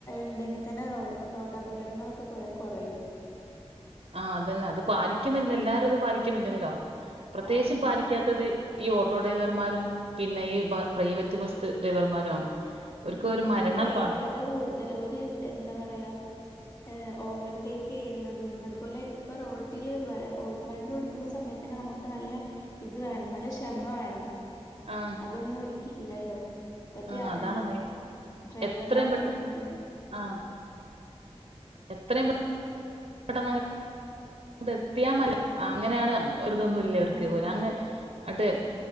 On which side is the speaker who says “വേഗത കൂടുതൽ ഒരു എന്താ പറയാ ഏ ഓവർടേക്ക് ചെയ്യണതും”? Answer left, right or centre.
Left